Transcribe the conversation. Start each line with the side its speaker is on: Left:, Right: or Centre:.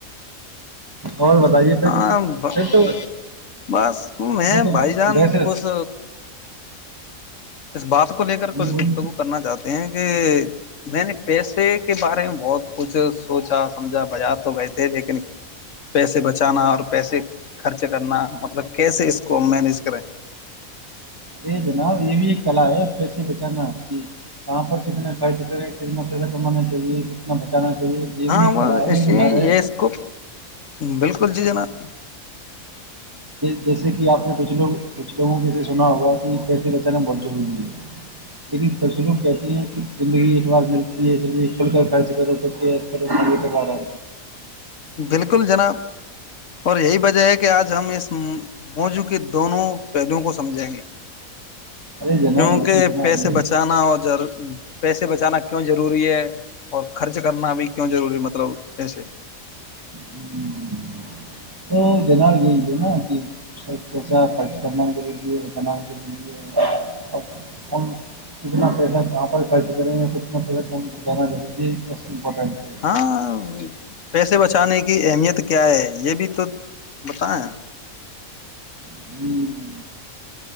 Right: اور بتائیے پھر
Left: ہاں
Right: پھر تو
Left: بس میں
Right: وہ تو
Left: بھائی جان
Right: بیس
Left: کچھ اس بات کو لے کر کچھ
Right: بولی
Left: بتوں کو کرنا چاہتے ہیں کہ میں نے پیسے کے بارے میں بہت کچھ سوچا سمجھا بجا تو گئے تھے لیکن پیسے بچانا اور پیسے خرچ کرنا مطلب کیسے اس کو مینیج کریں
Right: ارے جناب یہ بھی ایک کلا ہے پھرس بچانا آپ کی کہاں پر کتنا خرچ کریں کتنا پیسہ کمانا چاہیے کتنا بچانا چاہیے یہ
Left: ہاں
Right: بھی ایک
Left: وہ
Right: کلا ہے
Left: ایے
Right: ایک ہنر ہے
Left: یہ اس کو بالکل جی جناب
Right: جیسے کہ آپ نے کچھ لوگ کچھ لوگوں کے سے سنا ہوگا کہ پیسے بچانا بہت ضروری ہے
Left: <unintelligible>
Right: لیکن تصویروں کہتی ہیں کہ زندگی ایک بار ملتی ہے اس لیے کل کر خرچ کرو کچھ کے کرو مار
Left: بالکل جناب اور یہی وجہ ہے کہ آج ہم اس موضووں کے دونوں پہلوؤں کو سمجھیں گے
Right: ارے جناب
Left: کیونکہ
Right: لیکن جناب
Left: پیسے بچانا اور پیسے بچانا کیوں ضروری ہے اور خرچ کرنا بھی کیوں ضروری مطلب ایسے
Right: لیکن تو جناب یہی ہے نا کہ سر پیسہ خرچ کرنا بھی ضروری ہے ہو جانا بھی ضروری ہے <unintelligible> کتنا پیسہ کہاں پر خرچ کریں اور کتنا پیسہ کوم جانا اہی یہ بس امپورٹنٹ ہے
Left: ہاں پیسے بچانے کی اہمیت کیا ہے یہ بھی تو بتائیں
Right: ہم